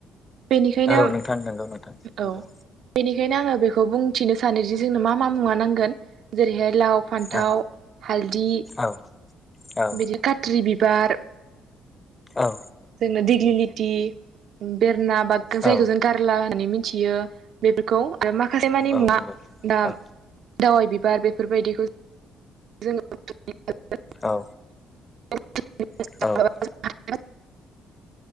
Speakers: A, on the right; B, on the left.
A: बेनिखायनो
B: औ नोंथां नंगौ नोंथां
A: औ
B: नंगौ
A: बिनि बेखायनो आङो बेखौ बुंथिनो सानोदि जोंनो मा मा मुवा नांगोन जेरैहाय लाव फान्थाव
B: औ
A: हालदि
B: औ औ
A: बिदि खात्रि बिबार
B: औ
A: जोंना दिग्लि लिथि बेरना बागजों जायखौ
B: औ
A: जों गारला होननानै मिन थियो बेफोरखौ आरो माखासे मानि
B: औ
A: मुङा
B: नंगौ
A: दा
B: औ
A: दावाइ बिबार बेफोरबायदिखौ <unintelligible>
B: औ
A: <unintelligible>
B: औ औ